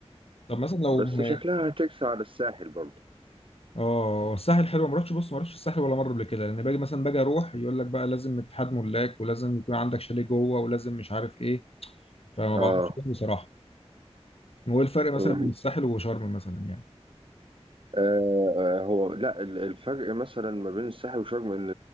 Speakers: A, on the left; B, on the right.
A: طب مثلا لو
B: بس شكلها
A: آه،
B: هترسى على الساحل برضه
A: اه الساحل حلو ما رحتش بص ما رحتش الساحل ولا مره قبل كده لان باجي مثلا باجي اروح يقول لك بقى لازم اتحاد ملاك ولازم يكون عندك شاليه جوه ولازم مش عارف ايه فما
B: آه
A: بعرفش أروح بصراحه هو إيه الفرق مثلا
B: و-
A: بين الساحل وشرم مثلا يعني
B: آه، آه، هو لا ال- الفرق مثلا ما بين الساحل وشرم إن